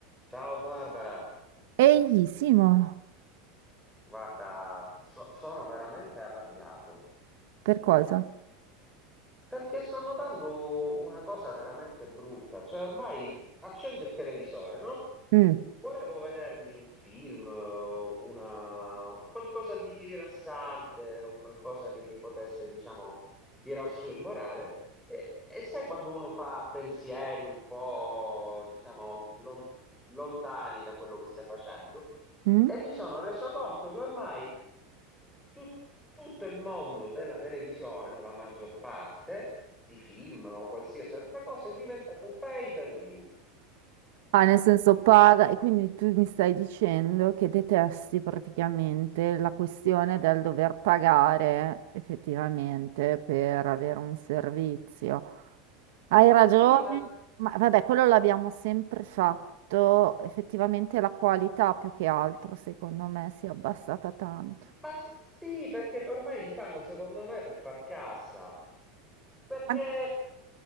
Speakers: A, in the centre; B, on the right (about 65°).
A: Ciao Barbara,
B: Eglissimo,
A: guarda, so- sono veramente arrabbiato
B: per cosa?
A: perché sto notando una cosa veramente brutta, cioè ormai accendo il televisore, no?
B: Mm,
A: Volevo vedermi un film, eh, una, un qualcosa di, di rilassante, un qualcosa che mi potesse, diciamo, tirar su il morale. E, e sai quando uno fa pensieri un po', diciamo, lon- lontani da quello che stai facendo?
B: mm.
A: E mi sono reso conto che ormai tut- tutto il mondo della televisione, o la maggior parte, di film o qualsiasi altra cosa, è diventato pay per view.
B: Ah, nel senso paga, e quindi tu mi stai dicendo che detesti praticamente la questione del dover pagare effettivamente per avere un servizio. Hai ragione,
A: Sì, ma
B: ma vabbè, quello l'abbiamo sempre fatto, effettivamente la qualità più che altro, secondo me, si è abbassata tanto.
A: Ma s- sì, perché ormai li fanno, secondo me, per far cassa. Perché
B: An-